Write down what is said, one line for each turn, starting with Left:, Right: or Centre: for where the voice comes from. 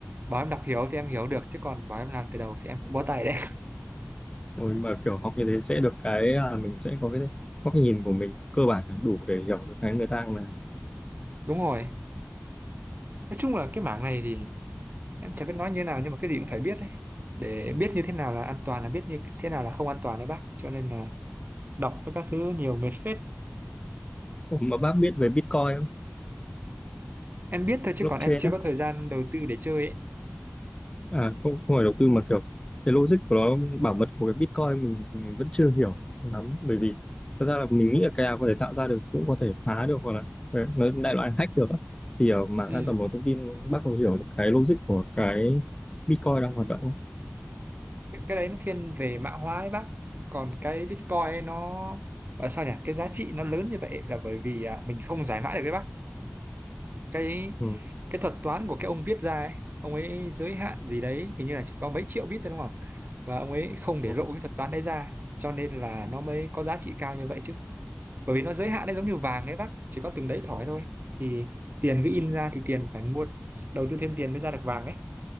Right: bảo em đọc hiểu thì em hiểu được chứ còn bảo em làm từ đầu thì em cũng bó tay đấy
Left: rồi mà kiểu học như thế sẽ được cái là mình sẽ có cái góc nhìn của mình cơ bản là đủ để hiểu được cái người ta là
Right: <laughs> đúng rồi nói chung là cái mảng này thì em chẳng biết nói như thế nào nhưng mà cái gì cũng phải biết đấy để biết như thế nào là an toàn là biết như thế nào là không an toàn đấy bác cho nên là đọc với các thứ nhiều mệt phết
Left: Ủa, mà bác biết về Bitcoin không?
Right: em biết thôi chứ
Left: blockchain
Right: còn em chưa có
Left: á
Right: thời gian đầu tư để chơi ấy
Left: À, không, không phải đầu tư mà kiểu cái logic của nó bảo mật của cái Bitcoin mình, mình vẫn chưa hiểu lắm bởi vì thật ra là mình nghĩ là cái nào có thể tạo ra được cũng có thể phá được hoặc là đấy, nói đại loại hack được á. thì ở mạng
Right: ừ.
Left: an toàn bảo mật thông tin bác có hiểu được cái logic của cái Bitcoin đang hoạt động không?
Right: cái, cái đấy nó thiên về mã hóa ấy bác còn cái Bitcoin ấy nó gọi là sao nhỉ cái giá trị nó lớn như vậy là bởi vì à, mình không giải mã được đấy bác cái
Left: Ừ.
Right: cái thuật toán của cái ông viết ra ấy ông ấy giới hạn gì đấy hình như là chỉ có mấy triệu bit thôi đúng không và ông ấy không để
Left: Ừ.
Right: lộ cái thuật toán đấy ra cho nên là nó mới có giá trị cao như vậy chứ bởi vì nó giới hạn đấy giống như vàng ấy bác chỉ có từng đấy thỏi thôi thì tiền cứ in ra thì tiền phải mua đầu tư thêm tiền mới ra được vàng ấy